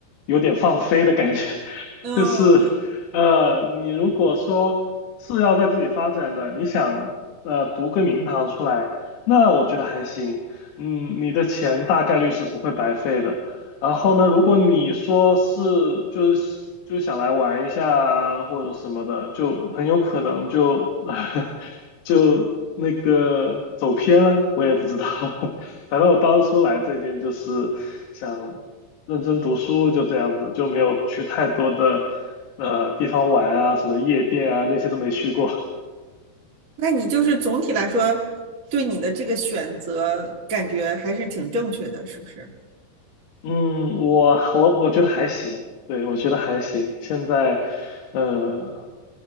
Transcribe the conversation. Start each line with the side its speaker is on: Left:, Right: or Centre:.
Left: 有点放飞的感觉，<laughs>
Right: 嗯，
Left: 就是。呃，你如果说是要在自己发展的，你想呃读个名堂出来，那我觉得还行。嗯，你的钱大概率是不会白费的。然后呢，如果你说是就是就想来玩一下啊或者什么的，就很有可能就 <laughs> 就那个走偏了，我也不知道。<laughs> 反正我当初来这边就是想认真读书，就这样子，就没有去太多的呃地方玩啊，什么夜店啊那些都没去过。
Right: 那你就是总体来说，对你的这个选择感觉还是挺正确的，是不是？
Left: 嗯，我我我觉得还行，对，我觉得还行。现在，呃，